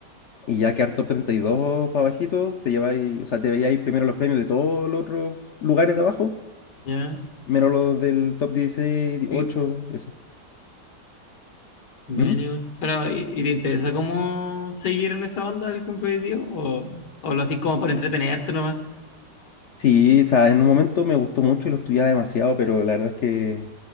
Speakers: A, on the left (about 60°); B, on the left (about 80°).
A: Y ya quedar top 32 para abajito, te lleváis, o sea, te veíais primero los premios de todos los otros lugares de abajo,
B: Ya.
A: menos los del top 16,
B: Y,
A: 8, eso.
B: bueno,
A: ¿Mm?
B: pero, ¿y, y te interesa cómo seguir en esa onda del competitivo? ¿O, o lo haces como para entretenerte nomás?
A: Sí, o sea, en un momento me gustó mucho y lo estudiaba demasiado, pero la verdad es que